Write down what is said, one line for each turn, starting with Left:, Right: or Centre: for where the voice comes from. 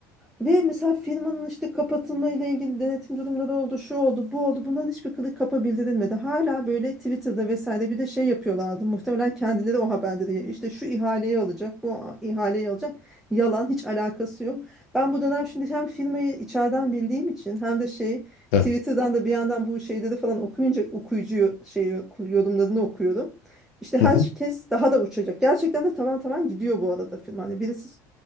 Centre: Ve mesela firmanın işte kapatılma ile ilgili denetim durumları oldu, şu oldu, bu oldu. Bunların hiçbir kılık kapa bildirilmedi. Hala böyle Twitter'da vesaire bir de şey yapıyorlardı. Muhtemelen kendileri o haberleri işte şu ihaleyi alacak, bu ihaleyi alacak. Yalan, hiç alakası yok. Ben bu dönem şimdi hem firmayı içeriden bildiğim için hem de şey
Left: Evet.
Centre: Twitter'dan da bir yandan bu şeyleri falan okuyunca okuyucu şey yorumlarını okuyorum. İşte herkes
Left: Hı hı.
Centre: daha da uçacak. Gerçekten de tavan tavan gidiyor bu arada film. Hani birisi